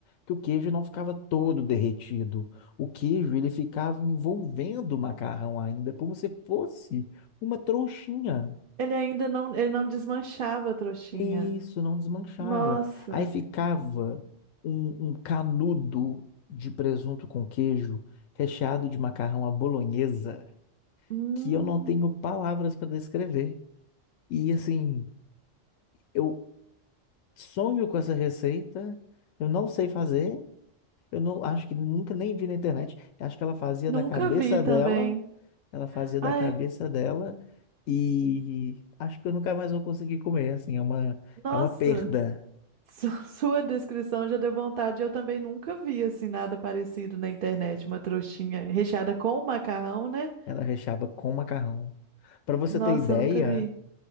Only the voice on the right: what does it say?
Ele ainda não, ele não desmanchava a trouxinha.
Nossa.
Hum,
nunca
vi também.
Ai,
nossa.
su- <laughs> Sua descrição já deu vontade. Eu também nunca vi assim nada parecido na internet, uma trouxinha recheada com macarrão, né?
Nossa,
eu nunca vi.